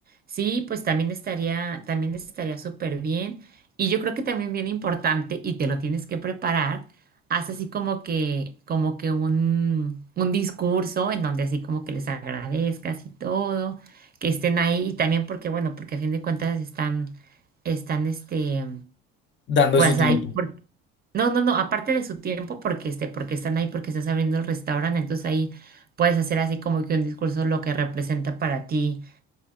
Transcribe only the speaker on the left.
dando
su tiempo.